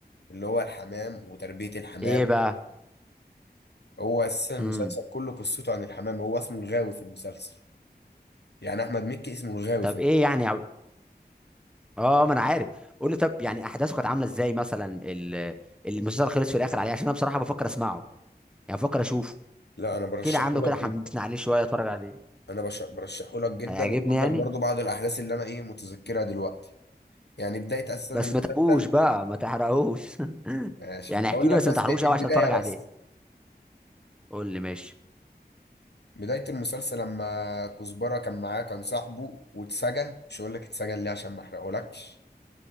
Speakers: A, on the left; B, in the centre.
A: اللي هو الحمام وتربية الحمام
B: ايه بقى
A: هو أساسا المسلسل
B: امم
A: كله قصته عن الحمام هو اسمه الغاوي في المسلسل يعني أحمد مكي اسمه الغاوي
B: طب
A: في المسلسل.
B: ايه يعني اه ما انا عارف قول لي طب يعني احداثه كانت عامله ازاي مثلا ال- المسلسل خلص في الاخر عليه عشان انا بصراحه بفكر اسمعه يعني بفكر اشوفه
A: لا أنا برشحه
B: كده عامله
A: لك
B: كده
A: جدا
B: حمسني عليه شويه اتفرج عليه
A: أنا بش- برشحه لك جدا
B: هيعجبني
A: وأقول
B: يعني
A: لك برضو بعض الأحداث اللي أنا إيه متذكرها دلوقتي يعني بداية أساسا
B: بس
A: المسلسل
B: ما تحرقوش بقى ما تحرقوش <laughs>
A: عشان
B: يعني
A: أقول
B: احكي لي
A: لك
B: بس
A: بس
B: ما تحرقوش
A: البداية
B: قوي عشان اتفرج عليه
A: بس
B: قول لي ماشي
A: بداية المسلسل لما كزبرة كان معاه كان صاحبه واتسجن مش هقول لك اتسجن ليه عشان ما أحرقهولكش